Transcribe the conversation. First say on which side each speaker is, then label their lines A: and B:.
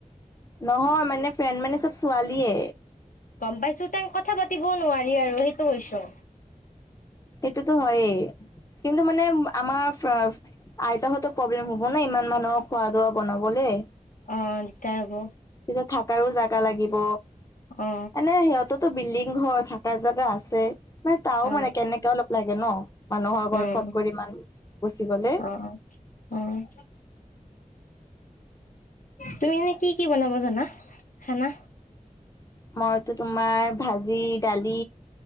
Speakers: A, on the left; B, on the left.
A: নহয় মানে ফ্ৰেণ্ড মানে চব ছোৱালীয়ে
B: গম পাইছো তাই কথা পাতিবও নোৱাৰি আৰু সেইটো কৈছোঁ।
A: সেইটোতো হয়েই কিন্তু মানে আমাৰ আইতাহঁতৰ প্ৰব্লেম হ'ব ন ইমান মানুহৰ খোৱা ধোৱা বনাবলে।
B: অ, দিগদাৰ হ'ব।
A: পিছত থাকাৰো জাগা লাগিব
B: অ
A: এনে সিহঁত তো টো বিল্ডিং ঘৰ থাকা জাগা আছে মানে তাও
B: অ
A: মানে কেনেকে অলপ লাগে ন মানুহৰ
B: উম
A: ঘৰ ফট কৰি ইমান গুচি গ'লে।
B: অ', অ', তুমি এনে কি-কি বনাব জানা খানা?
A: মইতো তোমাৰ ভাজি, দালি